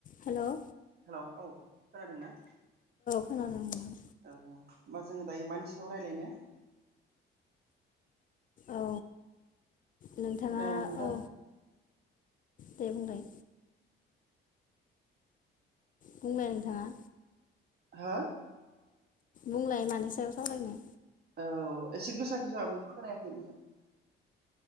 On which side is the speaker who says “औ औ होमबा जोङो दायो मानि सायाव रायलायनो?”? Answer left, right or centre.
Right